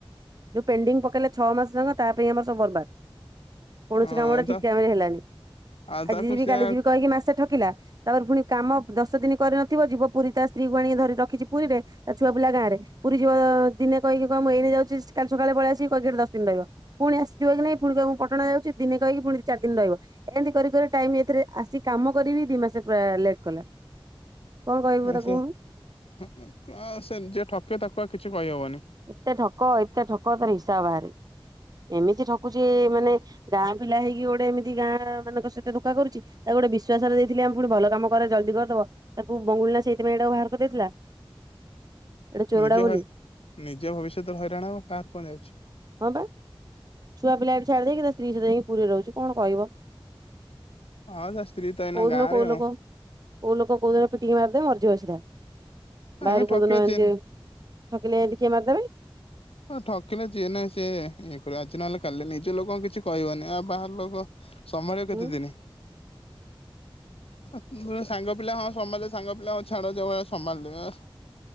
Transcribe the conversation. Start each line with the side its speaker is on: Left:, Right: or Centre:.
Right: ଯୋଉ ପେଣ୍ଡିଙ୍ଗ୍ ପକେଇଲା ଛ ମାସ ଜାଙ୍କ ତା ପାଇଁ ଆମର ସବୁ ବର୍ବାଦ।
Left: ଆ
Right: କୌଣସି କାମ ଉଡ଼ା
Left: ତା
Right: ଠିକ୍ ଟାଇମ୍ ରେ ହେଲାନି।
Left: ଆଉ
Right: ଆଜି
Left: ତାକୁ
Right: ଯିବି
Left: ସେ
Right: କାଲି ଯିବି କହିକି ମାସେ ଠ କିଲା ତାପରେ ଫୁଣି କାମ ଦଶ ଦିନି କରିନଥିବ ଯିବ ପୁରୀ ତା ସ୍ତ୍ରୀକୁ ଆଣିକି ଧରି ରଖିଚି ପୁରୀରେ ତା ଛୁଆ ପିଲା ଗାଁରେ ପୁରୀ ଯିବ ଦିନେ କହିକି କ ମୁଁ ଏଇନେ ଯାଉଚି କାଲି ସକାଳେ ପଳିଆସି କହିକି ହେଠି ଦଶ ଦିନ ରହିବ। ପୁଣି ଆସିଥିବ କି ନାଇଁ ପୁଣି କହିବ ମୁଁ ପଟଣା ଯାଉଚି ଦିନେ କହିକି ପୁଣି ଚାରି ଦିନ ରହିବ। ଏନ୍ତି କରି କରି ଟାଇମ୍ ଏଇଥିରେ ଆସି କାମ କରି ବି ଦି ମାସେ ପ୍ରାୟ ଲେଟ୍ କଲା। କଣ କହିବୁ
Left: ନାଇଁ
Right: ତାକୁ
Left: ସେ
Right: କହୁନୁ
Left: ଉଁ ଉଁ ଆ ସେ ଯିଏ ଠକେ ତାକୁ ଆଉ କିଛି କହିହବନି।
Right: ଏତେ ଠକ ଏତେ ଠକ ତାର ହିସାବ ବାହାରେ ଏମିତି ଠକୁଚି ମାନେ ଗାଁ ପିଲା ହେଇକି ଗୋଟେ ଏମିତି ଗାଁମାନଙ୍କ ସହିତ ଧୋକା କରୁଚି। ତା ଗୋଟେ ବିଶ୍ଵାସରେ ଦେଇଥିଲେ ଆମ ପୁଣି ଭଲ କାମ କରେ ଜଲ୍ଦୀ କରିଦବ। ତାକୁ ବଙ୍ଗୁଳି ନା ସେଇଥିପାଇଁ ଏଟାକୁ ବାହାର କରିଦେଇଥିଲା। ଏଟା ଚୋରଟା
Left: ନିଜେ
Right: ବୋଲି
Left: ହଏ ନିଜେ ଭବିଷ୍ୟତରେ ହଇରାଣ ହବ କାହାର କଣ ଯାଉଛି?
Right: ହଁ ପା ଛୁଆ ପିଲା ହେଟି ଛାଡ଼ି ଦେଇେଇକିନା ତ୍ରୀ ସ ଯାଇକି ପୁରୀ ରହୁଚି କଣ କହିବ?
Left: ହଁ ତା ସ୍ତ୍ରୀ ତ ଏଇନା
Right: କୋଉଦିନ
Left: ଗାଁରେ
Right: କୋଉ
Left: ଆଉ।
Right: ଲୋକ କୋଉ ଲୋକ କୋଉ ଦିନ ପିିଟିକି ମାରିଦେବେ ମରଯିବ ସିଧା।
Left: ଆମେ
Right: ବାହାରୁ
Left: ଠକିଲେ
Right: କୋଉଦିନ ଏନ୍ତି
Left: ଯିଏ
Right: ଠକିଲେ ଏଦି କିଏ ମାରିଦେବେ?
Left: ହଁ ଠକିଲା ଯିଏ ନାଇଁ ସିଏ ଇଏ କରିଅ ଆଜି ନହେଲେ କାଲି ନିଜ ଲୋକଙ୍କୁ କିଛି କହିବନି ଆଉ ବାହାର ଲୋକ ସମରେ କେତେ
Right: ହୁଁ
Left: ଦିନି? ପ ବ ସାଙ୍ଗ ପିଲା ହଁ ସମତେ ସାଙ୍ଗ ପିଲା ହଉ ଛାଡ଼ ଯୋଉ ହେ ସମାନ। ଅଁ